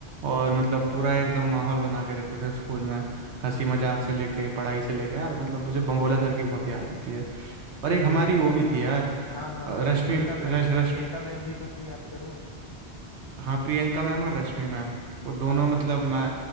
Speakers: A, on the right; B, on the left.
A: और मतलब पूरा एकदम माहौल बना के रखते थे स्कूल में हंसी मजाक से लेके पढ़ाई से लेके यार मतलब मुझे बम्बोला सर की बहुत याद आती है और एक
B: अरे
A: हमारी
B: यार
A: वो भी थी यार
B: हाँ हाँ
A: अ, रश्मि
B: प्रियंका मैम
A: रश
B: प्रियंका
A: रश्मि
B: मैम भी तो थी याद करो
A: हाँ प्रियंका मैम और रश्मि मैम वो दोनों
B: हाँ हाँ
A: मतलब मैं